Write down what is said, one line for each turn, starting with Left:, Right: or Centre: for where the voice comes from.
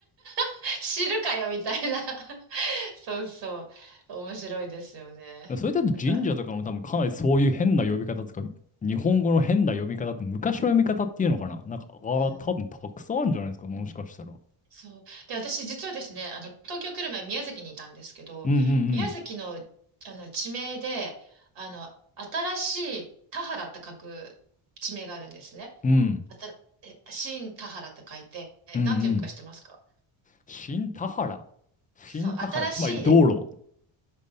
Right: <laughs> 知るかよみたいな。<laughs> そうそう。面白いですよね。
Left: それだと神社とかも多分かなりそういう変な呼び方とか、
Right: なんか、
Left: 日本語の変な読み方って昔の読み方っていうのかななんか、ああ、
Right: うん。
Left: 多分たくさんあるんじゃないですか、もしかしたら。
Right: そう。で、私実はですね、あの、東京来る前宮崎にいたんですけど、
Left: うんうん
Right: 宮崎の、あの、地名で、あの、新しい田原って書く地名があるんですね。
Left: うん。うん。
Right: あたら、え、新田原って書いて、えなんて読むか知ってますか
Left: うんうん。新田原。新田原、
Right: そう、新しい
Left: つまり道路。